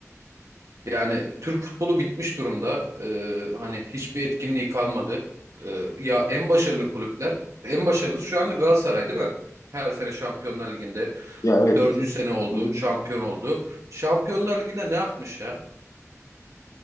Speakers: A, on the right (about 70°); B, on the left (about 75°).
A: Yani Türk futbolu bitmiş durumda. E, hani hiçbir etkinliği kalmadı. E, ya en başarılı kulüpler, en başarılı şu anda Galatasaray değil mi? Her sene Şampiyonlar Ligi'nde
B: ya evet
A: dördüncü sene oldu,
B: Hocam,
A: şampiyon oldu. Şampiyonlar Ligi'nde ne yapmış ya?